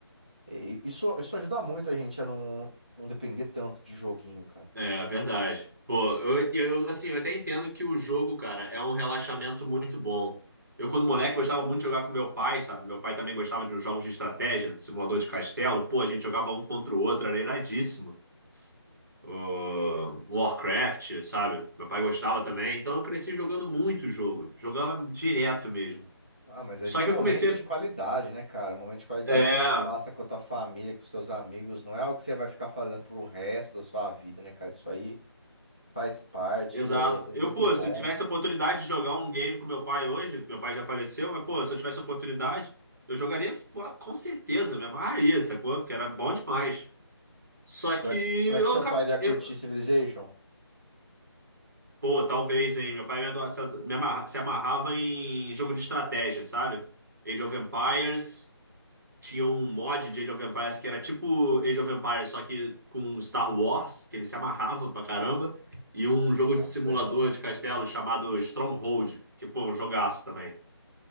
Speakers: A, on the left; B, on the right.
A: E- e isso, isso ajuda muito a gente a não, não depender tanto de joguinho, cara.
B: É, verdade. Pô, eu, eu, assim, eu até entendo que o jogo, cara, é um relaxamento muito bom. Eu, quando moleque, gostava muito de jogar com meu pai, sabe? Meu pai também gostava de uns jogos de estratégia, simulador de castelo. Pô, a gente jogava um contra o outro, era iradíssimo. Ô, Warcraft, sabe? Meu pai gostava também. Então eu cresci jogando muito jogo. Jogava direto mesmo.
A: Ah, mas aí
B: Só
A: são
B: que
A: momentos
B: eu comecei.
A: de qualidade, né, cara? Momento de qualidade
B: É.
A: que você passa com a tua família, com os teus amigos, não é algo que você vai ficar fazendo pro resto da sua vida, né, cara? Isso aí faz parte,
B: Exato.
A: é, é
B: Eu,
A: muito
B: pô,
A: bom.
B: se eu tivesse a oportunidade de jogar um game com meu pai hoje, meu pai já faleceu, mas, pô, se eu tivesse a oportunidade, eu jogaria pô, com certeza, me amarraria, sacou? Porque era bom demais. Só
A: Será,
B: que eu,
A: será que seu
B: acabei-
A: pai iria curtir
B: eu
A: Civilization?
B: pô, talvez, hein? Meu pai me, ado- se ado- me amarra- se amarrava em jogo de estratégia, sabe? Age of Empires. Tinha um mod de Age of Empires que era tipo Age of Empires, só que com Star Wars, que ele se amarrava pra caramba. E um jogo
A: Nossa,
B: de simulador
A: que legal.
B: de castelo chamado Stronghold, que, pô, é um jogaço também.